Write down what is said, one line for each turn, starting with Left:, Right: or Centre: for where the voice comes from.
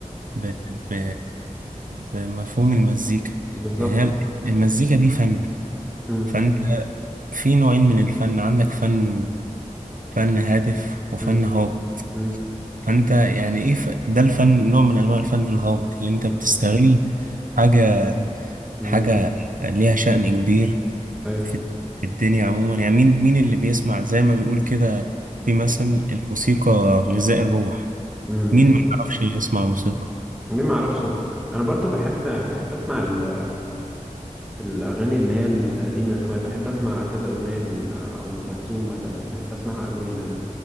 Right: ب... ب... بمفهوم المزيكا
Centre: بالظبط
Right: يعني هي المزيكا دي فن
Centre: مم.
Right: فانت في نوعين من الفن عندك فن فن هادف وفن
Centre: مم.
Right: هابط
Centre: مم.
Right: فانت يعني ايه ف... ده الفن نوع من انواع الفن الهابط اللي انت بتستغل
Centre: مم.
Right: حاجة
Centre: مم.
Right: حاجة ليها شأن كبير
Centre: أيوة.
Right: في في الدنيا عموما يعني مين مين اللي بيسمع زي ما بيقول كده في مثل
Centre: مم.
Right: الموسيقى غذاء الروح
Centre: مم.
Right: مين
Centre: بالظبط
Right: ما يعرفش يسمع موسيقى
Centre: ليه ما اعرفش انا برضو بحب بحب اسمع ال- الاغاني اللي هي القديمه شويه بحب اسمع كذا اغنيه لام كلثوم مثلا بحب اسمعها قوي لان